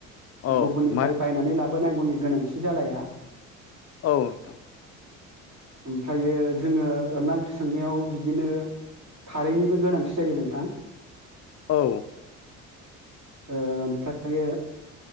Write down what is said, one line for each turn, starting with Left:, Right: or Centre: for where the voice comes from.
Left: औ
Right: गुबुननिफ्राय
Left: मा
Right: बायनानै लाबोनांगौनि गोनांथि जालाया
Left: औ नोंथां
Right: ओमफ्रायो जोङो अनला ओंख्रि संनायाव बिदिनो कारैनिबो गोनांथि जायो नोंथां
Left: औ।
Right: ओमफ्रायो।